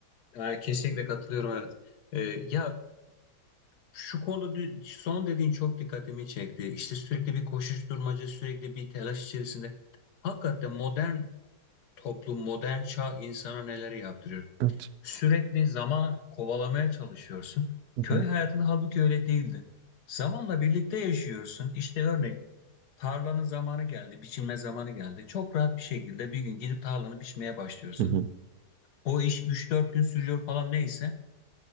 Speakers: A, on the left; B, on the right.
A: Yani kesinlikle katılıyorum evet. E, ya şu konuda dü- son dediğin çok dikkatimi çekti. İşte sürekli bir koşuşturmaca, sürekli bir telaş içerisinde. Hakikaten modern toplum, modern çağ insana neler yaptırıyor.
B: Evet.
A: Sürekli zaman kovalamaya çalışıyorsun.
B: Hı
A: Köy
B: hı.
A: hayatında halbuki öyle değildi. Zamanla birlikte yaşıyorsun. İşte örneğin tarlanın zamanı geldi, biçilme zamanı geldi. Çok rahat bir şekilde bir gün gidip tarlanı biçmeye başlıyorsun.
B: Hı hı.
A: O iş üç dört gün sürüyor falan neyse.